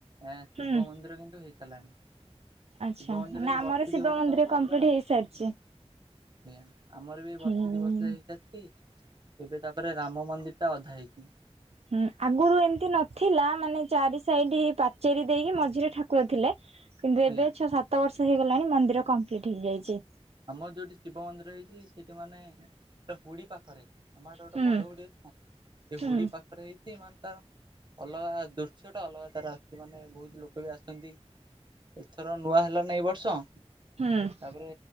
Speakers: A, on the right (about 45°); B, on the right (about 70°).
A: ଏ ଶିବ
B: ହୁଁ
A: ମନ୍ଦିର କିନ୍ତୁ ହେଇସାରିଲାଣି। ଶିବ
B: ଆଚ୍ଛା
A: ମନ୍ଦିର
B: ନା
A: ଏଇ
B: ଆମର
A: ବର୍ଷ
B: ଶିବ
A: ଦି ବର୍ଷ
B: ମନ୍ଦିର
A: ହବ
B: କମ୍ପ୍ଲିଟ
A: ପୁରା
B: ହେଇସାରିଛି।
A: ଆଜ୍ଞା ଆମର ବି ବର୍ଷ
B: ହୁଁ
A: ଦିବର୍ଷ ହେଇଥାି ଏବେ ତାପରେ ରାମ ମନ୍ଦିର ଟା ଅଧା ହେଇଛି।
B: ହୁଁ ଆଗରୁ ଏମିତି ନଥିଲା ମାନେ ଚାରି ସାଇଡ ପାଚେରୀ ଦେଇକି ମଝିରେ ଠାକୁର ଥିଲେ କିନ୍ତୁ ଏବେ
A: ଆଜ୍ଞା
B: ଛଅ ସାତ ବର୍ଷ ହେଇଗଲାଣି ମନ୍ଦିର କମ୍ପ୍ଲିଟ୍ ହେଇଯାଇଛି।
A: ଆମର ଯୋଉଠି ଶିବ ମନ୍ଦିର ହେଇଛି ସେଇଠି ମାନେ ଗୋଟ ଗୋଡ଼ି ପାଖରେ ଆମଟ ଗୋଟେ
B: ହୁଁ
A: ବଡ ହୁଡି ଅଛି ସେ
B: ହୁଁ
A: ହୁଡି ପାଖରେ ହେଇଛି ମାନେ ତ ଅଲଗା ଦୃଶ୍ୟ ଟା ଅଲଗା ତାର ଆସୁଛି ମାନେ ବହୁତ ଲୋକ ବି ଆସ ଏଥର ନୂଆ ହେଲା ନ ଏ ବର୍ଷ
B: ହଁ।
A: ତାପରେ